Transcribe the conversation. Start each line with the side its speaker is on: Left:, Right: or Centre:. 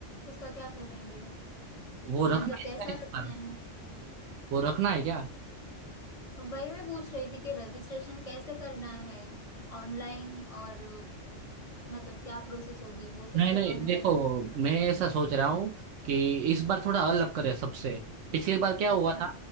Left: उसका क्या करेंगे
Right: वो रखना
Left: मतलब
Right: है
Left: कैसा
Right: क्या इस
Left: रखना
Right: पर
Left: है
Right: वो रखना है क्या
Left: वही मैं पूछ रही थी कि रजिस्ट्रेशन कैसे करना है ऑनलाइन और मतलब क्या प्रोसेस होगी वो सब
Right: नहीं
Left: भी
Right: नहीं
Left: तो हमें
Right: देखो
Left: बनाना
Right: मैं ऐसा सोच रहा हूँ कि इस बार थोड़ा अलग करें सबसे पिछली बार क्या
Left: था
Right: हुआ
Left: क्या
Right: था